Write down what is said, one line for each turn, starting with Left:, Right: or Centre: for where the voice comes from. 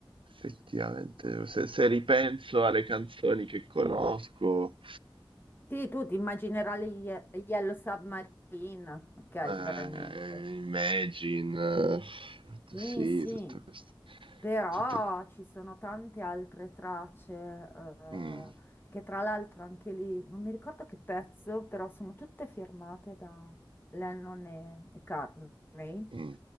Right: effettivamente se, se ripenso alle canzoni che conosco,
Left: Sì, tu ti immaginerai Ye- Yellow Submarine, ok,
Right: Ehm,
Left: ti verrà in mente.
Right: Imagine, eh,
Left: Sì,
Right: sì,
Left: sì,
Right: tutto questo,
Left: Però
Right: tutto,
Left: ci sono tante altre tracce, eh,
Right: mm,
Left: che tra l'altro anche lì, non mi ricordo che pezzo, però sono tutte firmate da Lennon e, e Cartney.
Right: mm,